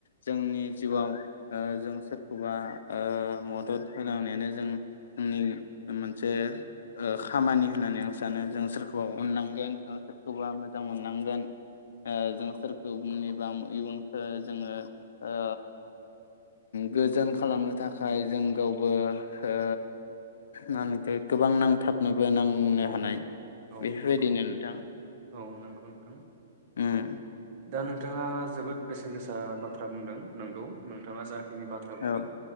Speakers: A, on the left (about 75°); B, on the right (about 45°).
A: जोंनि जिउआव ओ जों सोरखौबा ओ मदद होलांनायानो जों नि मोनसे ओ खामानि होननानै आं सानो जों सोरखौबा अननांगोन जों सोरखौबा मोजां मोननांगोन। ओ जों सोरखौनिबा इयुनखो जोङो ओ गोजोन खालामनो थाखाय जों गावबो ओ मा होनो गोबां नांथाबनो बोनांनो
B: औ
A: हानाय
B: औ
A: बेफोरबायदिनो
B: नंगौ
A: नोंथां।
B: औ नंगौ नोंथां
A: उम
B: दा नोंथाङा जोबोद बेसेन गोसा बाथ्रा बुंदों नंगौ नोंथाङा जा खिनि बाथ्रा बुंदों।
A: औ